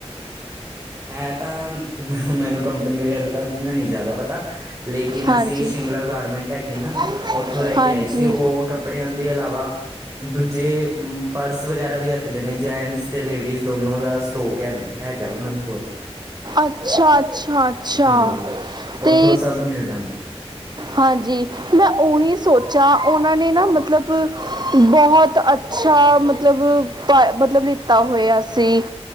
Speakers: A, on the right; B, on the right.
A: ਇਹ ਤਾਂ ਮੈਨੂੰ ਕੰਪਨੀ ਵਗੈਰਾ ਤਾਂ ਨੀ ਜ਼ਿਆਦਾ ਪਤਾ। ਲੇਕਿਨ
B: ਹਾਂਜੀ
A: ਅਸੀਂ ਸਿੰਗਲਾ ਗਾਰਮੈਂਟ ਹੈਗੀ ਹੈ ਨਾ,
B: ਬੰਦ ਕਰਕੇ
A: ਉੱਥੋਂ ਲੈ ਕੇ
B: ਹਾਂਜੀ
A: ਆਏ ਸੀ ਉਹ ਕੱਪੜਿਆਂ ਦੇ ਇਲਾਵਾ ਦੂਜੇ ਪਰਸ ਵਗੈਰਾ ਵੀ ਰੱਖਦੇ ਨੇ ਜੈਂਟਸ ਤੇ ਲੇਡੀਜ਼ ਦੋਨੋ ਦਾ ਸਟੋਕ ਹੈ ਅੰਦਰ। ਹੈਗਾ ਉਹਨਾ ਨੂੰ।
B: ਅੱਛਾ-ਅੱਛਾ-ਅੱਛਾ
A: ਹੂੰ
B: ਤੇ
A: ਉੱਥੋਂ ਸਭ ਮਿਲ ਜਾਂਦਾ
B: ਹਾਂਜੀ। ਮੈਂ ਉਹੀ ਸੋਚਾਂ, ਉਹਨਾਂ ਨੇ ਨਾ ਮਤਲਬ ਬਹੁਤ ਅੱਛਾ ਮਤਲਬ ਮਤਲਬ ਲਿੱਤਾ ਹੋਇਆ ਸੀ